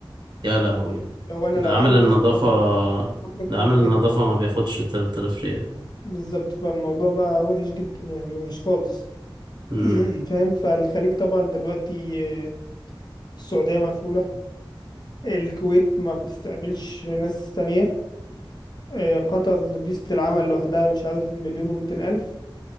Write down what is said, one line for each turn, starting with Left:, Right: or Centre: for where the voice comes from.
Right: يا لهوي
Left: لو انا
Right: ده
Left: لو
Right: عامل
Left: عامل
Right: النظافة
Left: اصلا باخد اكتر باخد اكتر
Right: ده عامل
Left: من
Right: النظافة
Left: كده
Right: ما بياخدش 3000 ريال
Left: بالظبط فالموضوع بقى وحش جدا يعني وحش خالص
Right: امم
Left: <clears throat> فاهم فالخليج طبعا دلوقتي آه، السعودية مقفولة الكويت ما بتستقبلش ناس تانية آه، قطر فيزة العمل لوحدها مش عارف مليون ومتين ألف